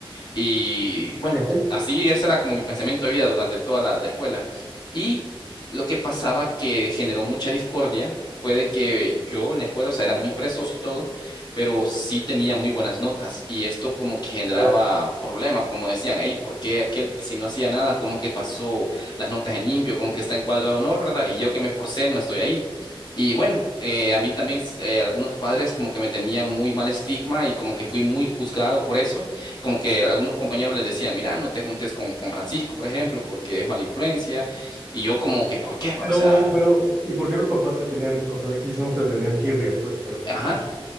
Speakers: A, on the left; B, on the right.
A: Y
B: <laughs>
A: bueno, así ese era como mi pensamiento de vida durante toda la, la escuela. Y lo que pasaba que generó mucha discordia fue de que yo en la escuela, o sea, era muy presoso y todo, pero sí tenía muy buenas notas. Y esto como que generaba
B: Ya.
A: problemas, como decían, hey, ¿por qué aquel si no hacía nada, como que pasó las notas en limpio, como que está en cuadro de honor, ¿verdad? Y yo que me esforcé no estoy ahí. Y bueno, eh, a mí también eh, algunos padres como que me tenían muy mal estigma y como que fui muy juzgado por eso, como que algunos compañeros les decían, mira, no te juntes con, con Francisco, por ejemplo, porque es mala influencia, y yo como que, ¿por qué? va?
B: Pero,
A: O sea,
B: pero, ¿y por qué los papás te tenían, o sea, aquí hicimos te tenían tirria, pues, pero,
A: Ajá.
B: ¿por qué?